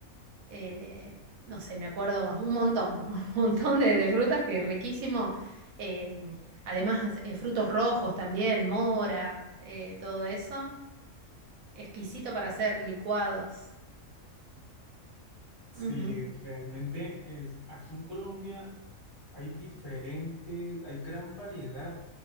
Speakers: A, on the right; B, on the left.
A: eh, no sé, me acuerdo, bueno, un montón, <laughs> un montón de, de frutas que riquísimo. eh, además, eh, frutos rojos también, mora, eh, todo eso. Exquisito para hacer licuados.
B: Sí,
A: Ujú,
B: realmente es, aquí en Colombia hay diferentes, hay gran variedad